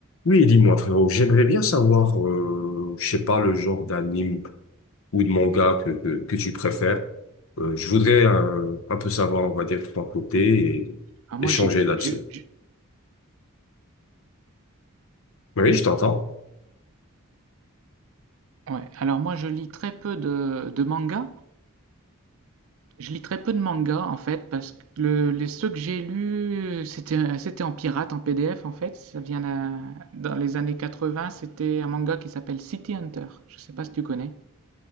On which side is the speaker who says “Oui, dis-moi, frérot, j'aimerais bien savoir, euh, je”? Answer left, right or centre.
Left